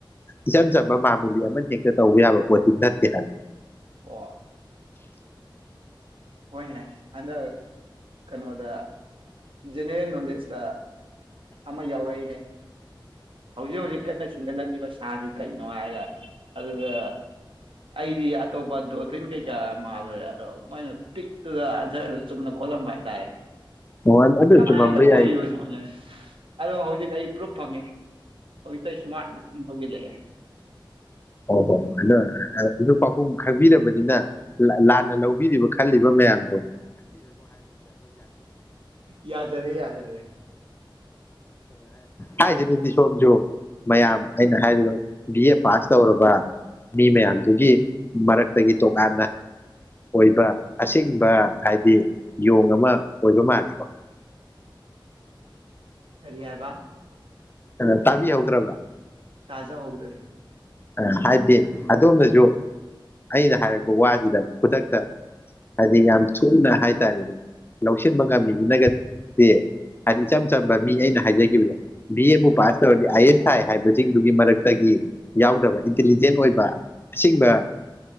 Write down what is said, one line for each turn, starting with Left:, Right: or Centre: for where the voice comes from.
Left: ꯏꯆꯝ ꯆꯝꯕ ꯃꯥꯃꯨꯂꯤ ꯑꯃꯅ ꯍꯦꯛꯇ ꯇꯧꯕ ꯌꯥꯕ ꯄꯣꯠꯦ ꯅꯠꯇꯦ ꯍꯥꯏ
Right: ꯑꯣ ꯍꯣꯏꯅꯦ ꯍꯟꯗꯛ ꯀꯩꯅꯣꯗ ꯖꯦꯅꯦꯔꯦꯜ ꯅꯣꯂꯦꯖꯇ ꯑꯃ ꯌꯥꯎꯔꯛꯏꯅꯦ ꯍꯧꯖꯤꯛ ꯍꯧꯖꯤꯛ ꯀꯟꯅ ꯆꯤꯡꯒꯠꯂꯛꯂꯤꯕ ꯁꯥꯁꯤ ꯀꯩꯅꯣ ꯍꯥꯏꯒ ꯑꯗꯨꯗ ꯑꯩꯗꯤ ꯑꯇꯣꯞꯄ ꯗ꯭ꯔꯣꯐꯤꯟ ꯀꯩꯀꯥ ꯃꯥꯜꯂꯨꯔꯦ ꯑꯗꯣ ꯃꯣꯏꯅ ꯄꯤꯛꯇꯨꯗ ꯑꯟꯖꯔꯗꯨ ꯆꯨꯝꯅ ꯈꯣꯠꯂꯝꯕ ꯍꯥꯏꯇꯥꯔꯦ
Left: ꯑꯣ ꯑꯗꯨ
Right: ꯀꯃꯥꯏꯅ
Left: ꯆꯨꯝꯃꯝꯕ
Right: ꯑꯣꯏꯔꯤꯕꯅꯣꯅꯦ
Left: ꯌꯥꯏ
Right: ꯑꯗꯣ ꯍꯧꯖꯤꯛ ꯑꯩ ꯄ꯭ꯔꯨꯞ ꯐꯪꯉꯦ ꯍꯧꯖꯤꯛꯇ ꯏꯁꯃꯥꯔꯠ ꯊꯧꯖꯤꯜꯂꯛꯑꯦ
Left: ꯑꯣ ꯍꯣꯏ ꯍ ꯑꯗꯣ ꯍꯧꯛ ꯄꯥꯎꯈꯨꯝ ꯈꯪꯕꯤꯔꯕꯅꯤꯅ ꯂꯥꯟꯅ ꯂꯧꯕꯤꯔꯤꯕ ꯈꯜꯂꯤꯕ ꯃꯌꯥꯝ
Right: <inaudible> ꯌꯥꯖꯔꯦ ꯌꯥꯖꯔꯦ
Left: ꯍꯥꯏꯔꯤꯗꯨꯗꯤ ꯁꯣꯝꯁꯨ ꯃꯌꯥꯝ ꯑꯩꯅ ꯍꯥꯏꯔꯤꯕ ꯕꯤ ꯑꯦ ꯄꯥꯁ ꯇꯧꯔꯕ ꯃꯤ ꯃꯌꯥꯝꯗꯨꯒꯤ ꯃꯔꯛꯇꯒꯤ ꯇꯣꯉꯥꯟꯅ ꯑꯣꯏꯕ ꯑꯁꯤ ꯕ ꯍꯥꯏꯗꯤ ꯌꯣꯡ ꯑꯃ ꯑꯣꯏꯕ ꯃꯥꯜꯂꯤꯀꯣ
Right: ꯀꯔꯤ ꯍꯥꯏꯕ
Left: ꯑ ꯇꯥꯕꯤꯍꯧꯗ꯭ꯔꯕ꯭ꯔꯥ
Right: ꯇꯥꯖꯥ ꯍꯧꯗꯔꯦ
Left: ꯑ ꯍꯥꯏꯗꯤ ꯑꯗꯣꯝꯗꯖꯨ ꯑꯩꯅ ꯍꯥꯏꯔꯛ ꯕ ꯋꯥꯁꯤꯗ ꯈꯨꯗꯛꯇ ꯍꯥꯢꯗꯤ ꯌꯥꯝ ꯁꯣꯝꯅ ꯍꯥꯏꯇꯥꯔꯦꯅꯦ ꯂꯧꯁꯤꯟꯕ ꯉꯝꯃꯤ ꯏꯅꯒꯠꯗꯤ ꯍꯥꯢꯗꯤ ꯏꯆꯝ ꯆꯝꯕ ꯃꯤ ꯑꯩꯅ ꯍꯥꯏꯖꯈꯤꯕꯗ ꯕꯤ ꯑꯦ ꯕꯨ
Right: ꯎꯝ
Left: ꯄꯥꯁ ꯇꯧꯔꯗꯤ ꯑꯥꯏ ꯑꯦ ꯑꯦꯁ ꯊꯥꯏ ꯍꯥꯏꯕꯁꯤꯡꯗꯨꯒꯤ ꯃꯔꯛꯇꯒꯤ ꯌꯥꯎꯗꯕ ꯏꯟꯇꯦꯜꯂꯤꯖꯦꯟꯗ ꯑꯣꯏꯕ ꯑꯁꯤꯡꯕ